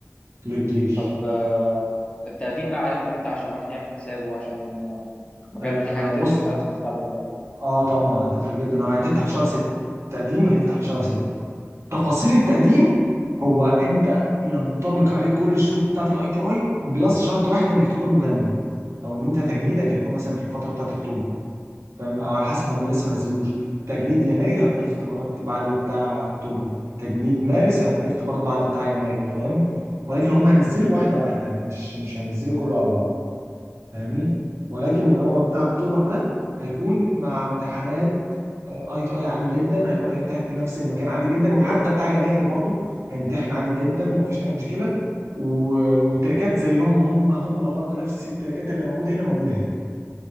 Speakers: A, on the right (about 65°); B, on the left (about 25°).
A: للجيش
B: طب آه التقديم بقى عليهم امتى عشان الواحد يعمل حسابه عشان آه بجد
A: آه
B: دي حاجه تفرق
A: بص
B: قوي في مستقبل الواحد
A: اه طبعا هتفرق جدا هو هتفتح في شهر 6 التقديم هيفتح في شهر 6 تفاصيل التقديم هو انت ينطبق عليك كل الشروط بتاعه الاي تي اي بلس شرط واحد انك تكون مجند او ان انت تجنيدك هيكون مثلا في الفتره بتاعت اكتوبر فاهم او على حسب هم لسه ما نزلوش تجنيد يناير هيبقى ليه اختبارات بعد بتاع اكتوبر تجنيد مارس هيبقى ليه اختبارات بعد بتاع يناير فاهم ولكن هم هينزلوا واحده واحده يعني مش مش هينزلوا كله على بعض فاهمني ولكن هو بتاع اكتوبر ده هيكون مع امتحانات اي تي اي عادي جدا هيروح يمتحن في نفس المكان عادي جدا وحتى بتاع يناير برضه هيمتحن عادي جدا ومفيش اي مشكله و- والتراكات زيهم هم هم برضه نفس التراكات اللي موجوده هنا موجوده هنا